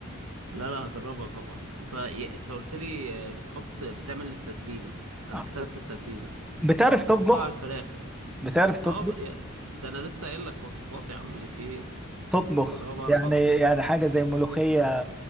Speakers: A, on the right; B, in the centre.
A: لا لا هجربها طبعا انت انت قلت لي آه، بتحط بتعمل التتبيله انا
B: آه.
A: كتبت التتبيله
B: بتعرف
A: بتحطها
B: تطبخ
A: على الفراخ
B: بتعرف تطبخ
A: اه ب... يا... ده انا لسه قايل لك وصفات يا عم في ايه
B: تطبخ
A: اه بعرف
B: يعني
A: اطبخ
B: يعني حاجة زي ملوخية